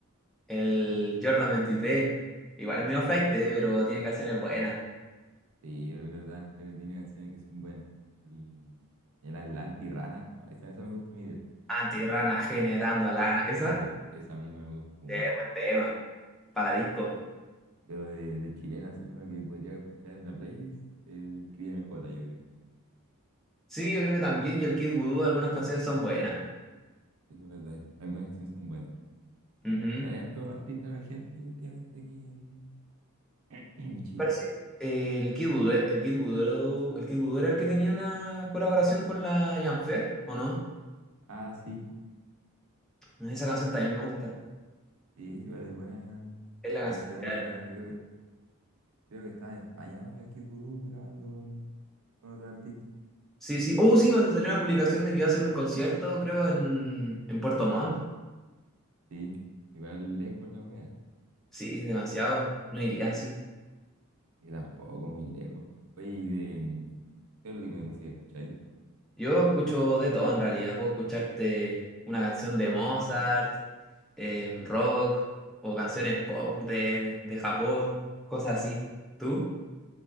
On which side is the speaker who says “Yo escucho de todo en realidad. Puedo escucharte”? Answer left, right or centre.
Centre